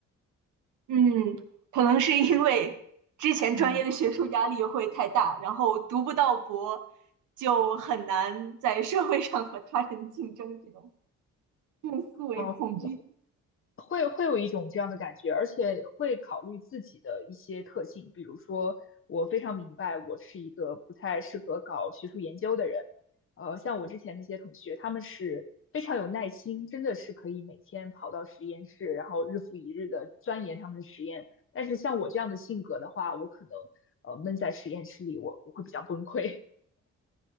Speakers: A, on the right; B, on the left.
A: 嗯，可能是因为之前专业的学术压力会太大，
B: 嗯。
A: 然后读不到博，就很难在社会上和他人竞争，这种。用思维恐惧。
B: 哦。会会有一种这样的感觉，而且会考虑自己的一些特性，比如说，我非常明白我是一个不太适合搞学术研究的人，呃，像我之前那些同学，他们是非常有耐心，真的是可以每天跑到实验室，然后日复一日的钻研他们的实验。但是像我这样的性格的话，我可能呃闷在实验室里，我我会比较崩溃。